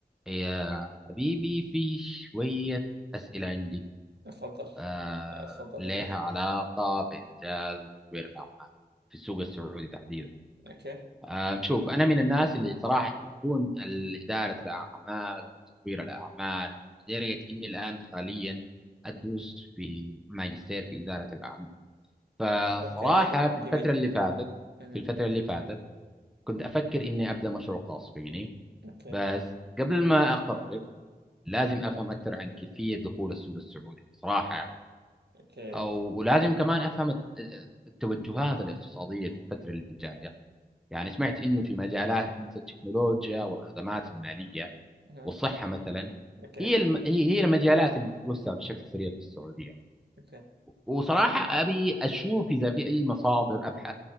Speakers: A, in the centre; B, on the right.
A: يا حبيبي في شوية أسئلة عندي
B: اتفضل
A: آه
B: اتفضل
A: لها
B: يا اخوي
A: علاقة بمجال تطوير الأعمال في السوق السعودي تحديدا
B: اوكي
A: آه شوف أنا من الناس اللي صراحة يحبون ال- إدارة الأعمال وتطوير الأعمال لدرجة إني الآن حاليا أدرس في ماجستير في إدارة الأعمال فصراحة
B: اوكي حلو
A: في
B: جميل
A: الفترة اللي فاتت
B: اها
A: في الفترة اللي فاتت كنت أفكر إني أبدأ مشروع خاص فيني
B: اوكي
A: بس قبل ما أقرر لازم
B: اها
A: افهم اكثر عن كيفيه دخول السوق السعودي صراحه يعني.
B: اوكي
A: او ولازم كمان افهم الت- التوجهات الاقتصاديه في الفتره اللي جايه يعني سمعت انه في مجالات مثل التكنولوجيا والخدمات الماليه
B: اها
A: والصحه مثلا
B: اوكي
A: هي الم... هي هي المجالات اللي تتوسع بشكل سريع في السعوديه
B: اوكي
A: وصراحه ابي اشوف اذا في اي مصادر ابحث